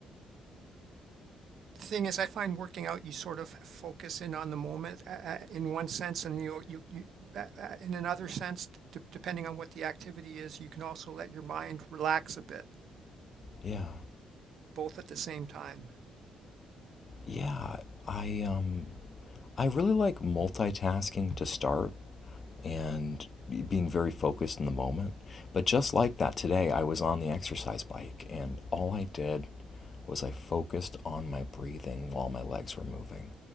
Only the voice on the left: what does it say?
Yeah.
Yeah. I um I really like multitasking to start and being very focused in the moment. But just like that today, I was on the exercise bike and all I did was I focused on my breathing while my legs were moving.